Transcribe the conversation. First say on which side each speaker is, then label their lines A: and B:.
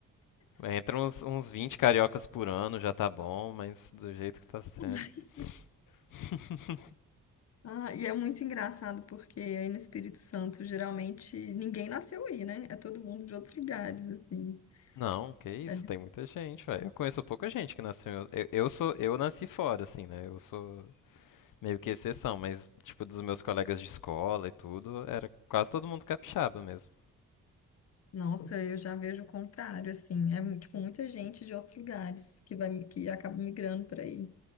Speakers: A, on the left (about 85°); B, on the left (about 50°).
A: Entra uns, uns 20 cariocas por ano, já tá bom, mas do jeito que tá sendo.
B: <laughs>
A: <laughs>
B: Ah, e é muito engraçado, porque aí no Espírito Santo, geralmente, ninguém nasceu aí, né? É todo mundo de outros lugares, assim.
A: Não, que isso,
B: É
A: tem muita gente, velho. Eu conheço pouca gente que nasceu. em outro- Eu, eu sou, eu nasci fora, assim, né? Eu sou, meio que exceção, mas tipo dos meus colegas de escola e tudo, era quase todo mundo capixaba mesmo.
B: Nossa, eu já vejo o contrário, assim. É, mu- tipo, muita gente de outros lugares que vai, que acaba migrando por aí.